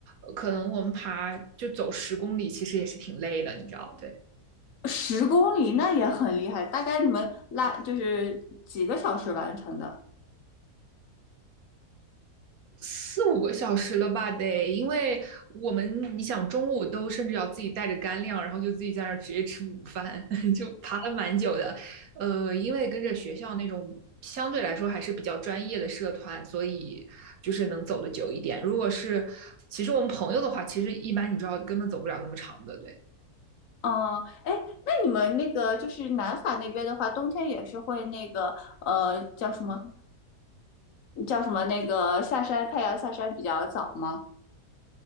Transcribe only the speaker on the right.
呃可能我们爬就走十公里，其实也是挺累的，你知道，对，
四五个小时了吧得，因为我们你想中午都甚至要自己带着干粮，然后就自己在那儿直接吃午饭，<laughs> 就爬了蛮久的。呃，因为跟着学校那种相对来说还是比较专业的社团，所以就是能走得久一点。如果是其实我们朋友的话，其实一般你知道根本走不了那么长的，对。